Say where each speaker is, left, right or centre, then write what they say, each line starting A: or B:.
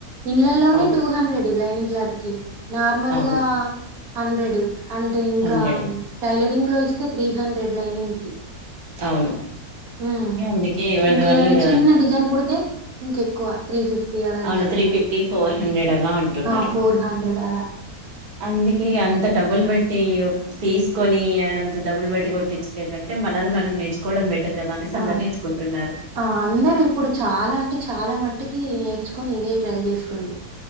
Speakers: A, on the right (about 70°); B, on the right (about 35°).
A: ఇంలలోనే
B: అవును
A: టూ హండ్రెడ్ లైనింగ్ క్లాత్ కి నార్మల్గా
B: అవును
A: హండ్రెడు అంటే ఇంకా
B: హండ్రెడ్
A: టైలెట్ లో ఇస్తే త్ర హండ్రెడ్ లైనింగ్ కి
B: అవును
A: ఉమ్
B: అందుకే ఎవరిది
A: ఇంకేదైనా
B: వాళ్ళు ఇగ
A: చిన్న డిజైన్ కుడితే ఇంక ఎక్కువ త్రీ ఫిఫ్టీ అలా
B: అవును
A: తీసుకుంటారు
B: త్రీ ఫిఫ్టీ ఫోర్ హండ్రెడ్ అలా అంటున్నారు
A: ఆ ఫోర్ హండ్రెడ్ అలా
B: అందుకే అంత డబ్బులు బట్టి తీసుకొని అదంత డబ్బులు పెట్టి కొట్టించు కంటే మనది మనం నేర్చుకోవడం బెటర్ కదా అనేసి అందరు
A: ఆ
B: నేర్చుకుంటున్నారు
A: ఆ అందర ఇప్పుడు చాలా అంటే చాలా మ టికి నేర్చుకొని ఇదే ట్రై చేస్తుండ్రు